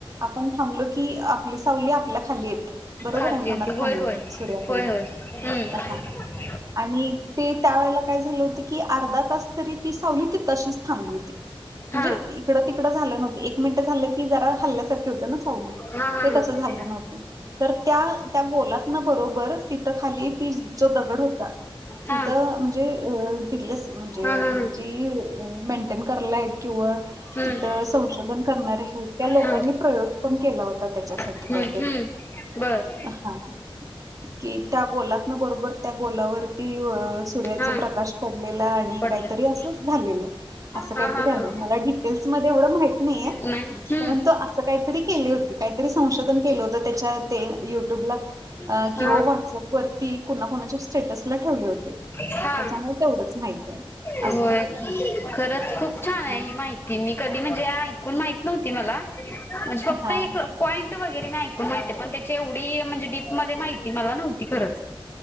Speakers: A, on the right; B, on the left.
A: आपण थांबलो की आपली सावली आपल्या खाली येते बरोबर
B: खाली
A: आहे
B: येते.
A: उन्हात
B: होय
A: थांबले
B: -होय
A: की सूर्याखाली
B: होय होय हम्म.
A: हा आणि ते त्या वेळेला काय झाल होत की अर्धा तास तरी ती सावली ती अशीच थांबली होती. म्हणजे
B: हा
A: इकड तिकड झाल नव्हत. एक मिनिट झाल की जरा हल्ल्यासारखे होते ना सावली ते
B: हा हा हा हम्म
A: तस झाल नव्हत. तर त्या त्या गोलातन बरोबर तिथ खाली ती जो दगड होता. तिथ
B: हा हा
A: म्हणजे अ तिथ म्हणजे
B: हा हा
A: जी मेंटेन करायला आहेत. किंवा
B: हम्म
A: तिथ संशोधन करणारे हे त्या लोकांनी
B: हा
A: प्रयोग पण केला होता. त्याच्यासाठी
B: हम्म
A: काहीतरी.
B: हम्म बर
A: हा. कि त्या गोलातन बरोबर त्या गोलावरती सूर्याच
B: हा
A: प्रकाश पडलेला आणि
B: पटलं
A: काहीतरी अस झालेल अस
B: हा
A: काहीतरी
B: हा हा
A: आहे. म डिटेल मध्ये एवढ माहित नाही
B: नाही
A: परंतु अस काहीतरी केली होती. काहीतरी संशोधन केल होत त्याच्या ते युट्यूबला
B: हम्म
A: किंवा व्हट्सअप वरती कुणाकुणाच्या स्टेटसला ठेवले होते
B: हा.
A: त्याच्यामुळे तेवढंच माहिती आहे
B: होय
A: असं
B: खरच खूप छान आहे
A: हा
B: माहिती मी कधी म्हणजे ऐकून माहीत नव्हती मला म्हणजे फक्त
A: हा
B: एक पॉईंट वगैरे मी ऐकून माहितीये पण त्याची एवढी म्हणजे डीप मध्ये माहिती मला नव्हती खरच.